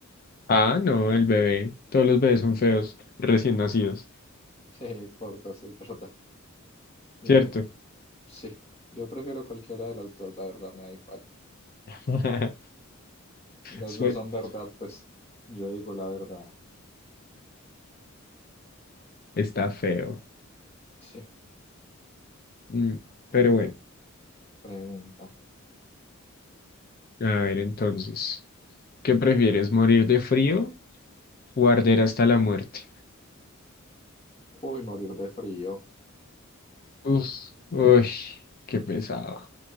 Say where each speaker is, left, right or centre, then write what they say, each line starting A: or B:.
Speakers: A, on the left (about 45°); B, on the left (about 30°).
A: Ah, no, el bebé. Todos los bebés son feos, recién nacidos,
B: <laughs> Sí, por dos, es verdad. Yo,
A: ¿cierto?
B: sí, yo prefiero cualquiera de las dos, la verdad, me da igual.
A: <laughs>
B: <laughs> Las
A: Su
B: dos
A: esposo
B: son verdad, pues yo digo la verdad.
A: está feo.
B: Sí,
A: Mm, Pero
B: a
A: bueno,
B: ver, pregunta.
A: a ver entonces, ¿qué prefieres, morir de frío o arder hasta la muerte?
B: Uy, morir de frío.
A: Uf, uy, qué pesado.